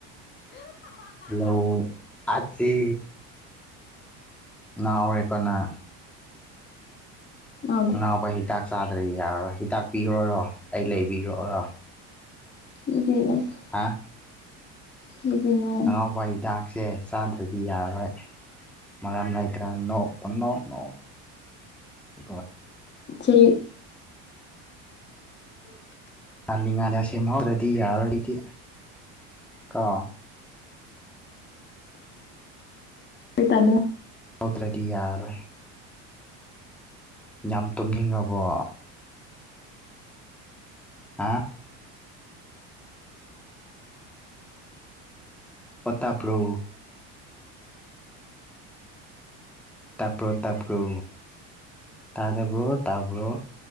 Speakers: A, in the centre; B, on the left.
A: ꯂꯧ ꯑꯁꯤ ꯉꯥꯎꯔꯦ ꯀꯣꯅ
B: ꯂꯥꯛꯑꯣꯗꯤ
A: ꯉꯥꯎꯕ ꯍꯤꯗꯥꯛ ꯆꯥꯗ꯭ꯔꯗꯤ ꯌꯥꯔꯔꯣꯏ ꯍꯤꯗꯥꯛ ꯄꯤꯔꯣꯔꯣ ꯑꯩ ꯂꯩꯕꯤꯔꯣꯑꯣꯔꯣ
B: <unintelligible>
A: ꯍꯥꯥ
B: <unintelligible>
A: ꯑꯉꯥꯎꯕ ꯍꯤꯗꯥꯛ ꯁꯦ ꯆꯥꯗ꯭ꯔꯗꯤ ꯌꯥꯔꯔꯣꯏ ꯃꯔꯝ ꯂꯩꯇ꯭ꯔ ꯅꯣꯛ ꯄꯪꯅꯣ ꯅꯣꯛ <unintelligible>
B: ꯆꯦ ꯑꯩꯈꯣꯏ
A: ꯉꯅꯤꯡꯉꯥꯏꯅꯤ ꯁꯦꯝꯍꯧꯔꯗꯤ ꯌꯥꯔꯣꯏꯗꯤ ꯀꯣ
B: <unintelligible>
A: ꯇꯧꯗ꯭ꯔꯗꯤ ꯌꯥꯔꯔꯣꯏ ꯌꯥꯝ ꯇꯨꯝꯅꯤꯡꯉꯕ ꯕꯣ ꯍꯥꯥ ꯍꯣ ꯇꯥꯕ꯭ꯔꯣ ꯇꯥꯕ꯭ꯔꯣ ꯇꯥꯕ꯭ꯔꯣ ꯇꯥꯗꯕ꯭ꯔꯣ ꯇꯥꯕ꯭ꯔꯣ